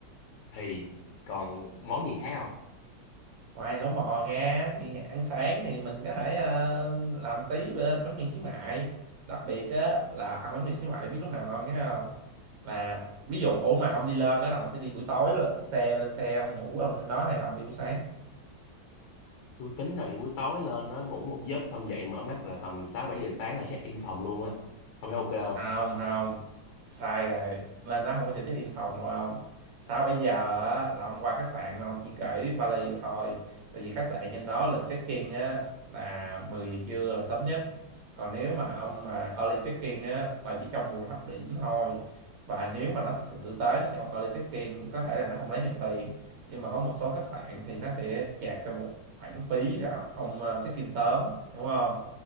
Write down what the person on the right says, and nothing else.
ngoài lẩu bò ra thì ăn sáng thì mình có thể ờ, làm tí b- bánh mì xíu mại đặc biệt á, là ăn bánh mì xíu mại biết lúc nào ngon nhé không là ví dụ ủa mà ông đi lên đó là ông sẽ đi buổi tối lên xe lên xe ông ngủ ông lên đó hay là ông đi buổi sáng
không không sai rồi lên đó không có cho check in phòng đâu ông sao bây giờ á, là ông qua khách sạn mà ông chỉ gửi vali được thôi tại vì khách sạn trên đó lịch check in á là 10 giờ trưa là sớm nhất còn nếu mà ông mà early check in á là chỉ trong mùa thấp điểm thôi và nếu mà nó thật sự tử tế nó cho ông early check in có thể là nó không lấy thêm tiền nhưng mà có một số khách sạn thì nó sẽ chạc cho một khoản phí là ông ờ, check in sớm đúng không